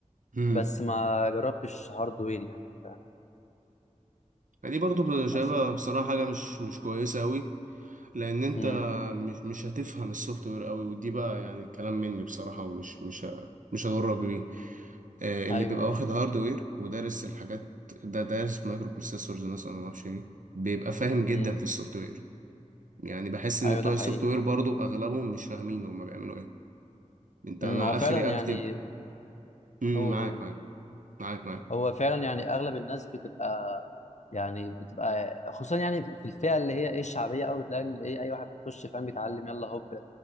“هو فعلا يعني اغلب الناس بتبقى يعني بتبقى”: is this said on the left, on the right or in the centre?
Left